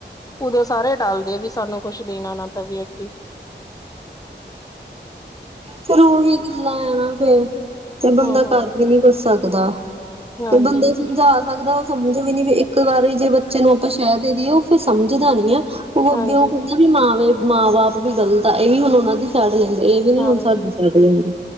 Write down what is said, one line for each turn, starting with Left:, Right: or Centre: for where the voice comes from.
Left: ਉਦੋਂ ਸਾਰੇ ਟਾਲਦੇ, ਆ ਵੀ ਸਾਨੂੰ ਕੁਛ ਦੇਣਾ ਨਾ ਪਵੇ ਅੱਗੇ।
Right: ਫਿਰ, ਉਹੀ ਗੱਲਾਂ ਆ ਨਾ ਫੇਰ ਤੇ ਬੰਦਾ
Left: ਹੂੰ-ਹੂੰ।
Right: ਕਰ ਵੀ ਨਹੀਂ ਕੁਛ ਸਕਦਾ,
Left: ਹਾਂਜੀ,
Right: ਤੇ ਬੰਦਾ ਸਮਝਾ ਸਕਦਾ ਸਮਝ ਵੀ ਨੀ, ਇੱਕ ਵਾਰੀ ਜੇ ਬੱਚੇ ਨੂੰ ਆਪਾਂ ਸ਼ਹਿ ਦੇ ਦੀਈਏ, ਉਹ ਫਿਰ ਸਮਝਦਾ ਨੀ ਹੈ ਉਹ
Left: ਹਾਂਜੀ,
Right: ਅੱਗੇਓ ਕਹਿੰਦੇ ਵੀ ਮਾਂ ਬਾਪ ਵੀ ਗਲਤ ਆ, ਇਹ ਵੀ ਹੁਣ ਉਹਨਾਂ ਦੀ ਸਾਈਡ ਲੈਂਦੇ, ਇਹ ਵੀ ਨੀ
Left: ਹਾਂਜੀ।
Right: ਹੁਣ ਸਾਡੀ ਸਾਈਡ ਲੈਂਦੇ।